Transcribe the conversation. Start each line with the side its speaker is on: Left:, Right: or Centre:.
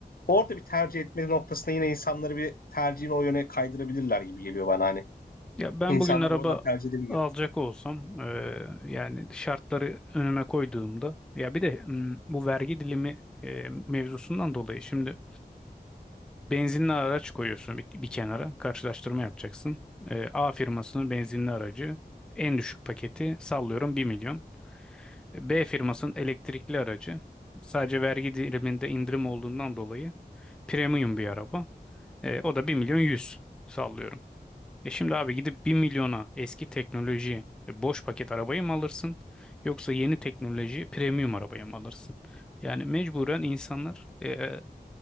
Left: Orada bir tercih etme noktasında yine insanları bir tercihini o yöne kaydırabilirler gibi geliyor bana hani.
Centre: Ya ben
Left: İnsanlar
Centre: bugün araba
Left: oradan tercih edebilir.
Centre: alacak olsam e, yani şartları önüme koyduğumda ya bir de m, bu vergi dilimi e, mevzusundan dolayı şimdi benzinli araç koyuyorsun bir, bir kenara karşılaştırma yapacaksın. E, A firmasının benzinli aracı en düşük paketi sallıyorum bir milyon. B firmasının elektrikli aracı. Sadece vergi diliminde indirim olduğundan dolayı premium bir araba. E, o da bir milyon yüz sallıyorum. E şimdi abi gidip bir milyona eski teknoloji e, boş paket arabayı mı alırsın yoksa yeni teknoloji premium arabayı mı alırsın? Yani mecburen insanlar e, e,